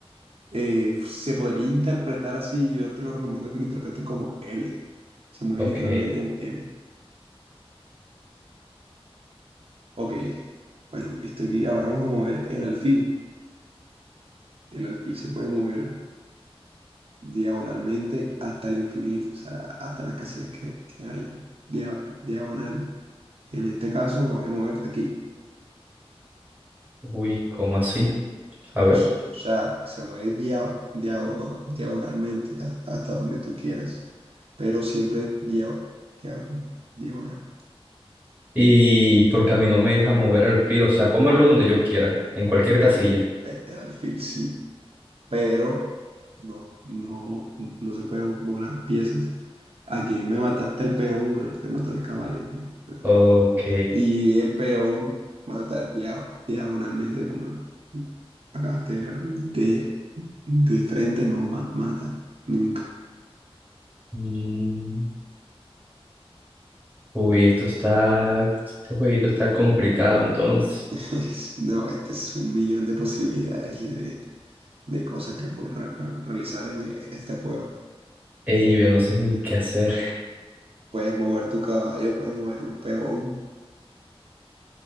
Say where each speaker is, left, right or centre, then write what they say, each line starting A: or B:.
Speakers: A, on the right; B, on the right.
A: eh, se podría interpretar así. Yo te lo recomiendo que lo interpretes como L. Se mueve
B: Ok,
A: literalmente en L. Ok, bueno, viste aquí, ahora vamos a mover el alfil. El alfil se puede mover diagonalmente hasta el infinito, o sea, hasta las casillas que, que hay. dia- diagonal. En este caso lo voy a mover aquí.
B: uy, ¿cómo así? A ver.
A: S- O sea, se mueve dia- diago- diagonalmente ha- hasta donde tú quieras, pero siempre dia- dia- diagonal.
B: Y porque a mí no me deja mover el alfil, o sea, puedo moverlo donde yo quiera, en cualquier casilla.
A: Eh, El alfil sí. pero no, no, no se puede volar piezas. Aquí me mataste el peón, bueno, yo te maté el caballo, marica, pero-
B: Ok,
A: Y el peón mata dia- diagonalmente, como lo acabaste de ver, de, de frente no ma- mata, nunca.
B: mm, uy, esto está, este jueguito está complicado, entonces.
A: <laughs> Es- No, este es un millón de posibilidades y de, de cosas que puedes re- re- realizar en eh, este juego.
B: Ey, yo ya no sé ni qué hacer.
A: Puedes mover tu caballo, puedes mover un peón.